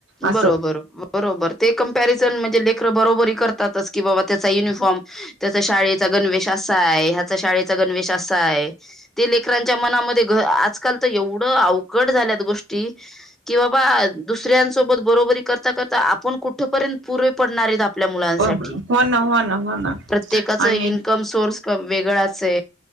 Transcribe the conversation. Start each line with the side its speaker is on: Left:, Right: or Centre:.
Right: असं
Centre: बरोबर बरोबर ते कंपॅरिझन म्हणजे ले कर बरोबरी करतातच कि बाबा त्याचा युनिफॉर्म त्याचा शाळेत चा गणवेश असा आहे ह्याचा शाळेचा गणवेश असा आहे. ते लेकरांच्या मनामध्ये घर आ आजकाल तर एवढ अवघड झाल्यात गोष्टी की बाबा दुसऱ्यांच बरोबरी करता करता आपण कुठपर्यंत पुरे पडणारेत आप आपल्या मुलांसाठी
Right: हो ना हो ना हो ना
Centre: प्रत्येकाच
Right: आणि
Centre: इन्कम सोर्स वेगळाचे.